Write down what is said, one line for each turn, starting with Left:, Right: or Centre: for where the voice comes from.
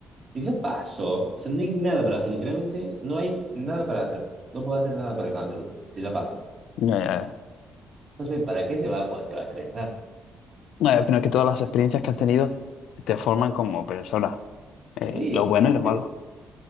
Right: Y ya pasó. O sea, no hay nada para hacer. Literalmente no hay nada para hacer. No puedo hacer nada para cambiarlo. Si ya pasó.
Left: Ya, ya,
Right: Entonces, ¿para qué te va a, po- te va a estresar?
Left: ya. Eh, Pero es que todas las experiencias que has tenido te forman como persona, eh,
Right: Sí,
Left: lo bueno y lo
Right: sí.
Left: malo.